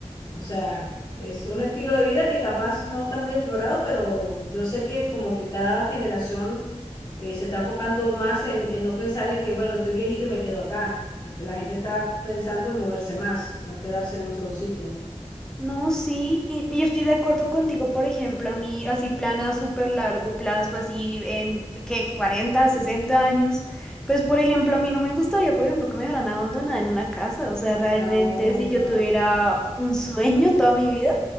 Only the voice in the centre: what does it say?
No, sí, y, y yo estoy de acuerdo contigo, por ejemplo, a mí así plan a súper largo plazo, así en que 40, 60 años, pues por ejemplo, a mí no me gustaría, por ejemplo, que me dejaran abandonada en una casa, o sea, realmente
si
yo tuviera un sueño toda mi vida,